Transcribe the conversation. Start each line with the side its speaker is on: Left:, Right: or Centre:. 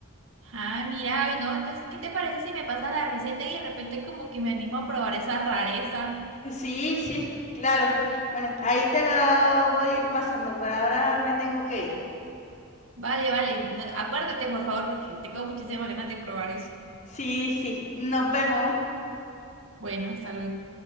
Right: Ah, mira, ay no, entonces, ¿qué te parece si me pasa la receta y de repente como que me animo a probar esa rareza?
Left: Sí, sí, claro. Bueno, ahí te la voy a ir pasando. Por ahora me tengo que ir.
Right: Vale, vale, no, acuérdate por favor porque tengo muchísimas ganas de probar eso.
Left: Sí, sí. Nos vemos.
Right: Bueno, hasta luego.